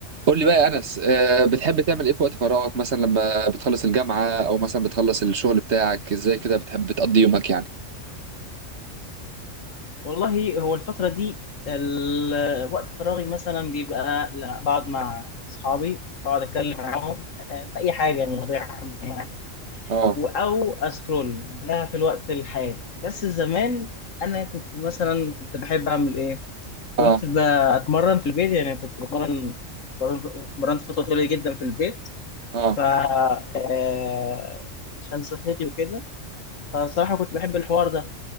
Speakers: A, on the right; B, on the left.
A: قول لي بقى يا انس آه، بتحب تعمل ايه في وقت فراغك مثلا لما بتخلص الجامعه او مثلا بتخلص الشغل بتاعك ازاي كده بتحب تقضي يومك يعني
B: والله هو الفترة دي ال- وقت فراغي مثلا بيبقى ل- بقعد مع أصحابي بقعد أتكلم معاهم آه، في أي حاجة مواضيع عامة يعني
A: اه
B: و- أو أسكرول ده في الوقت الحالي بس زمان أنا كنت مثلا كنت بحب أعمل إيه؟
A: اه
B: كنت بتمرن في البيت يعني كنت بتمرن مرنت فترة طويلة جدا في البيت
A: اه
B: ف آه، عشان صحتي وكده فصراحة كنت بحب الحوار ده